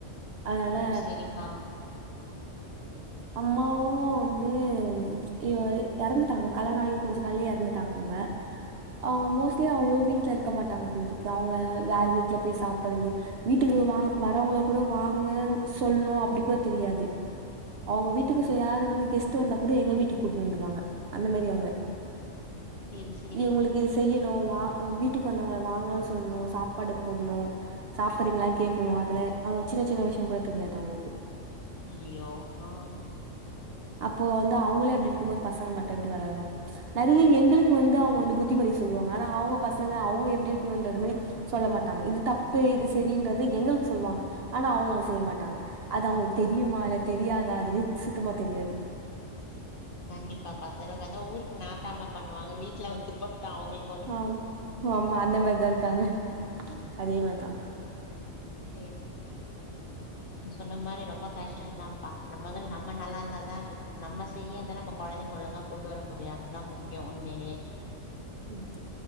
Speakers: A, on the right (about 60°); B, on the left (about 55°).
A: அதனால
B: ஓ சரிப்பா
A: அம்மாவு வந்து இவரு எறந்துட்டாங்க கல்யாணாகி கொஞ்ச நாள்லயே எறந்துட்டாங்க அவுங்க அவுங்க மோஸ்ட்லி அவுங்களே வீட்ல இருக்க மாட்டாங்க போலருக்கு அவுங்க வேற வீட்ல போய் சாப்பர்றது வீட்டுக்கு வா வர்றவங்கள கூட வாங்கன்னு சொல்ணு அப்டி கூட தெரியாது அவுங்க வீட்டுக்கு சே யாராது வந்து கெஸ்ட் வந்தா கூட எங்க வீட்டுக்கு கூட்னு வந்துருவாங்க அந்த மாதி அவுங்க
B: செரி செரி
A: இவுங்களுக்கு இது செய்யணு வா வீட்டுக்கு வந்தவங்கள வாங்கன்னு சொல்ணு சாப்பாடு போடணு சாப்றீங்களா கேக்கணு அதுல அவ சின்ன சின்ன விஷயோ கூட தெரியாது அவங்களுக்கு
B: அய்யய்யோ ஆ
A: அப்போ வந்து அவுங்களே அப்டி இருக்கும்போது பசங்க மட்டு எப்டி வளருவா நெறைய எங்களுக்கு வந்து அவுங்க வந்து புத்திமதி சொல்லுவாங்க ஆனா அவுங்க பசங்க அவுங்க எப்டி இருக்கணுன்றது மாரி சொல்ல மாட்டாங்க இது தப்பு இது சரின்றது எங்களுக்கு சொல்லுவாங்க ஆனா அவுங்க அத செய்ய மாட்டாங்க அது அவங்களுக்கு தெரியுமா இல்ல தெரியாதா அதுவே சுத்தமா தெரியாது
B: கண்டிப்பாப்பா சிறவங்க எதோ ஊருக்கு நாட்டாம பண்ணுவாங்க வீட்ல வந்து பத்தா அவுங்களுக்கு
A: ஆம் ஆமா அந்த மாரிதா இருக்காங்க அதே மாரிதா
B: சேரி சேரி நீ சொன்ன மாரி ரொம்ப கஷ்டோதாப்பா நம்ம மொதல் நம்ம நல்லா இருந்தாதா நம்ம சரியா இருந்தா நம்ம கொழந்தைங்க ஒழுங்கா கொண்டு வர முடியு அதுதா முக்யோ உண்மைலயே
A: ம்